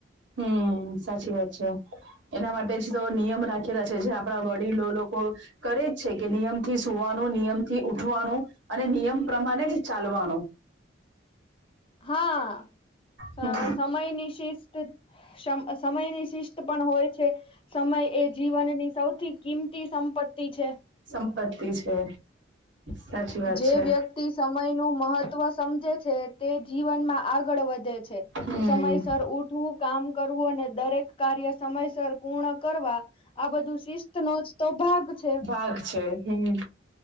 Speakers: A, on the right; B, on the left.
A: હમ સાચી વાત છે. એના માટે જ તો નિયમ રાખેલા છે જે આપણા વડીલો લોકો કરે જ છે કે નિયમથી સુવાનો નિયમથી ઉઠવાનો અને નિયમ પ્રમાણે જ ચાલવાનો
B: હા
A: હમ
B: સમય નિશિષ્ટ સમ સમયની શિસ્ત પણ હોય છે. સમય એ જીવનની સૌથી કિંમતી સંપત્તિ છે.
A: સંપત્તિ છે. સાચી વાત
B: જે
A: છે
B: વ્યક્તિ સમયનું મહત્વ સમજે છે તે જીવનમાં આગળ વધે છે.
A: હમ
B: સમયસર ઉઠવું કામ કરવું અને દરેક કાર્ય સમયસર પૂર્ણ કરવા આ બધું શિસ્ત નો જ તો ભાગ છે.
A: પાક છે. હમ